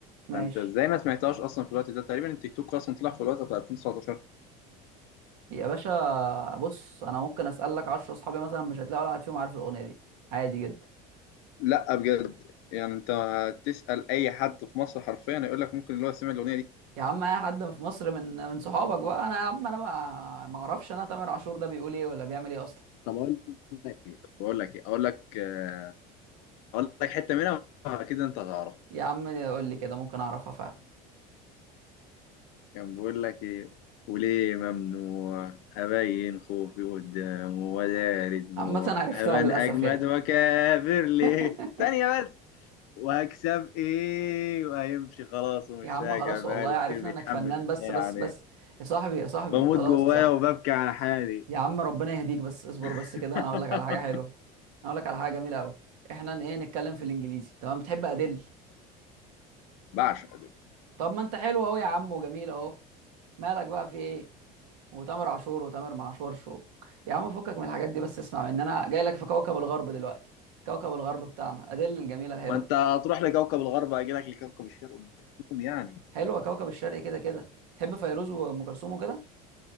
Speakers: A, on the right (about 80°); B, on the left (about 70°).
A: ماشي
B: فانت ازاي ما سمعتهاش اصلا في الوقت ده تقريبا التيك توك اصلا طلع في الوقت بتاع 2019
A: يا باشا بص انا ممكن اسالك 10 اصحابي مثلا مش هتلاقي ولا واحد فيهم عارف الاغنيه دي عادي جدا
B: لا بجد يعني انت تسال اي حد في مصر حرفيا يقول لك ممكن اللي هو سمع الاغنيه دي
A: يا عم اي حد في مصر من من صحابك بقى انا يا عم انا بقى ما اعرفش انا تامر عاشور ده بيقول ايه ولا بيعمل ايه اصلا
B: طب اقول لك طب اقول لك ايه اقول لك آه، اقول لك حته منها اكيد انت هتعرفها
A: يا عم قول لي كده ممكن اعرفها فعلا
B: كان بيقول لك ايه وليه ممنوع ابين خوفي قدامه ولا دموع
A: عامه عرفتها
B: ابان
A: للاسف
B: اجمد
A: يعني
B: واكابر ليه
A: <laughs>
B: ثانيه بس وهكسب ايه وهيمشي خلاص ومش
A: يا عم
B: راجع
A: خلاص
B: بقاله
A: والله عرفنا
B: كتير بيتحمل
A: انك فنان
B: حكايه
A: بس بس
B: عليه
A: بس يا صاحبي يا صاحبي
B: بموت
A: خلاص
B: جوايا
A: يا صاحبي
B: وببكي على حالي
A: يا عم ربنا يهديك بس اصبر بس
B: <laughs>
A: كده انا اقول لك على حاجه حلوه انا اقول لك على حاجه جميله قوي احنا ن- ايه نتكلم في الانجليزي تمام بتحب ادل
B: بعشق دول
A: طب ما انت حلو اهو يا عم وجميل اهو مالك بقى في ايه وتامر عاشور وتامر معاشورش و... يا عم فكك من الحاجات دي بس اسمع ان انا جاي لك في كوكب الغرب دلوقتي كوكب الغرب بتاعنا ادل الجميله الحلوه
B: ما انت هتروح لكوكب الغرب هيجي لك لكوكب الشرق ام كلثوم يعني
A: حلوه كوكب الشرق كده كده تحب فيروز وام كلثوم وكده